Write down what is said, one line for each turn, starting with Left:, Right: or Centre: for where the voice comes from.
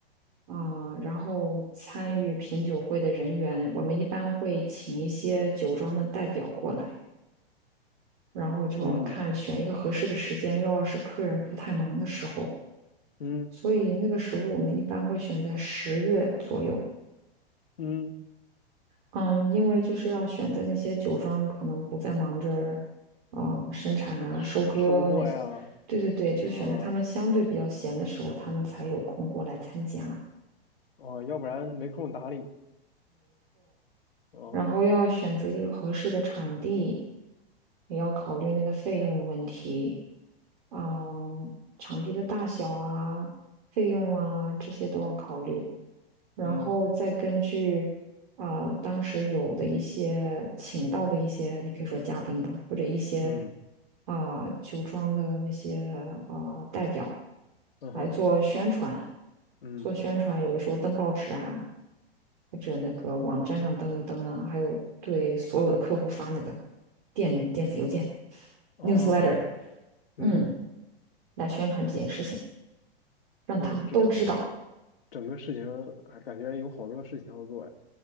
Right: 啊、呃然后参与品酒会的人员，我们一般会请一些酒庄的代表过来，然后就要看选一个合适的时间，
Left: 嗯
Right: 又要是客人不太忙的时候，
Left: 嗯
Right: 所以那个时候我们一般会选在十月左右。
Left: 嗯，
Right: 嗯，因为就是要选在那些酒庄可能不再忙着，嗯、生产啊、
Left: 呃收收获呀，
Right: 收割那些，对对对，就选在他们相对比较闲的时候，
Left: 啊
Right: 他们才有空过来参加。
Left: 啊，要不然没空搭理。哦，
Right: 然后要选择一个合适的场地，也要考虑那个费用的问题，啊，场地的大小啊、费用啊这些都要考虑，然后再根据啊、
Left: 嗯
Right: 当时有的一些请到的一些，你可以说嘉宾吧，或者一些
Left: 嗯
Right: 啊、酒庄的那些啊、代表
Left: 嗯哼，
Right: 来做宣传，
Left: 嗯
Right: 做宣传，有的时候登报纸啊。或者那个网站上登一登啊，还有对所有的客户发那个电电子邮件
Left: 哦，
Right: newsletter，嗯，
Left: 嗯，
Right: 来宣传这件事情，
Left: 对，
Right: 让他们都知道。
Left: 我有这整整个事情，啊，感觉有好多事情要做呀。